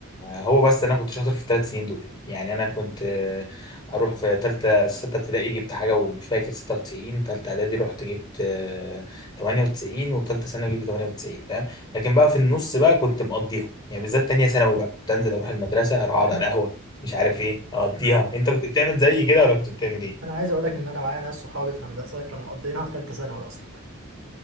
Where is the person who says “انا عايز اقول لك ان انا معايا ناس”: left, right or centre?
Right